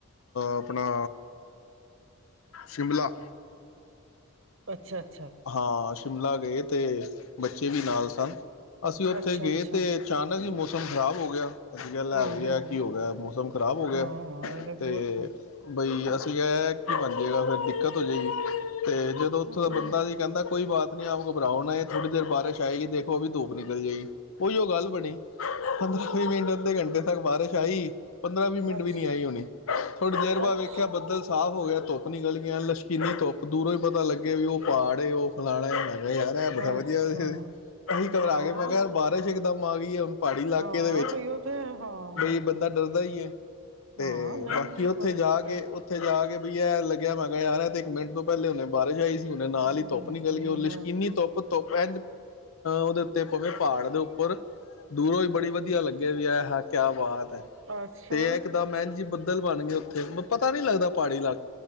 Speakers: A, on the left; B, on the right.
A: ਆਪਣਾ ਸ਼ਿਮਲਾ
B: ਅੱਛਾ।
A: ਹਾਂ। ਸ਼ਿਮਲਾ ਗਏ ਤੇ ਬੱਚੇ ਵੀ ਨਾਲ ਸ ਅਸੀਂ
B: ਅੱਛਾ
A: ਉੱਥੇ ਗਏ
B: ਅੱਛਾ
A: ਤੇ ਅਚਾਨਕ ਹੀ ਮੌਸ ਇਹ ਤੇ ਖ਼ਰਾਬ ਹੋ ਗਿਆ। ਅਸੀਂ ਕਿਹਾ ਲੈ
B: ਓਹੋ
A: ਵਈ ਐ ਕੀ ਹੋ ਗਿਆ? ਮੌਸਮ ਖਰਾਬ ਹੋ ਗਿਆ
B: ਹਾਂ ਇਹ
A: ਤੇ
B: ਬਹੁਤ
A: ਬਈ ਅਸੀਂ ਕਿਹਾ ਏਹ ਕੀ ਬਣ ਜਾਏਗਾ ਫਿਰ ਦਿੱਕਤ ਜਾਈ ਤੇ ਜਦੋਂ ਉੱਥੋਂ
B: ਹਮ
A: ਦਾ ਬੰਦਾ ਸੀ ਕਹਿੰਦਾ ਕੋਈ ਬਾਤ ਨੀ ਆਪ ਕੋ ਭਰਾਓ ਨਾ ਏਹ ਥੋੜੀ ਦੇਰ ਬਾਰਿਸ਼ ਆਏਗੀ ਦੇਖੋ ਅਬੀ ਧੂਪ ਨਿਕਲ ਜਾਏਗੀ। ਓਹੀਓ ਗੱਲ ਬਣੀ ਪੰਦਰਾਂ ਵੀਹ ਮਿੰਟ ਅੱਧੇ ਘੰਟੇ ਤੱਕ ਬਾਰਿਸ਼ ਆਈ ਪੰਦਰਾਂ ਵੀਹ ਮਿੰਟ
B: ਅੱਛ
A: ਵੀ ਨੀ ਆਈ ਹੋਣੀ ਥੋੜ੍ਹੀ ਦੇਰ ਬਾਅਦ
B: ਅੱਛ
A: ਵੇਖਿਆ ਬੱਦਲ ਸਾਫ਼ ਹੋ ਗਿਆ ਧੁੱਪ ਨਿਕਲ ਗ ਲਸ਼ਕੀਨੀ ਧੁੱਪ ਦੂਰੋਂ ਹੀ ਪਤਾ ਲੱਗੇ ਵੀ ਉਹ ਪਹਾੜ ਤੇ ਉਹ ਫਲਾਣਾ ਹੈਗੇ ਯਾਰ ਏਹ ਬੜਾ
B: ਅੱਛਾ
A: ਵਧੀਆ ਅਸੀਂ ਘਬਰਾ
B: ਹਾਂ
A: ਕੇ ਮੈਂ ਕਿਹਾ ਏਹ ਬਾਰਿਸ਼ ਇੱਕਦਮ ਮਾ ਆ ਗਈ ਆ ਹੁਣ। ਪਹਾੜੀ ਇਲਾਕੇ
B: ਆਹ
A: ਦੇ ਵਿੱਚ
B: ਬਈ ਉਹ ਤੇ ਹਾਂ
A: ਬਈ ਬੰਦਾ ਡਰਦਾ ਈ ਐ ਤੇ
B: ਹਾਂ ਨਹੀਂ
A: ਬਾਕੀ
B: ਨਹੀਂ
A: ਉੱਥੇ
B: ਫ਼ਰਕ
A: ਜਾ
B: ਤਾਂ ਪੈ
A: ਕੇ ਉੱਥੇ ਜਾ ਕੇ ਵੀ ਐ ਲੱਗਿਆ ਮੈ ਕਿਆ ਯਾਰ ਐ ਤੇ ਇੱਕ ਮਿੰਟ ਤੋਂ ਪਹਿਲੇ ਹੁਣੇ ਬਾਰਿਸ਼ ਆਈ ਸੀ। ਹੁਣੇ ਨਾਲ
B: ਹਮ
A: ਈ ਆਪਣੀ ਗੱਲ ਕਿ ਉਹ ਲਸ਼ਕੀਨੀ ਧੁੱਪ ਧੁੱਪ ਐ ਪੈਂਜ ਅ ਉਹਦੇ ਉੱਤੇ ਪਵੇ ਪਹਾੜ ਦੇ ਉੱਪਰ ਦੂਰੋਂ ਈ ਬੜੀ ਵਧੀਆ ਲੱਗੇ ਵੀ ਐ ਹੈ ਕਿਆ ਬਾਤ ਐ
B: ਅੱਛਾ
A: ਤੇ ਇਹ ਇੱਕਦਮ ਇੰਜ ਈ ਬੱਦਲ ਬਣ ਗਏ ਉੱਥੇ ਤੇ ਮ ਪਤਾ ਨੀ ਲੱਗਦਾ ਪਹਾੜੀ ਇਲਾ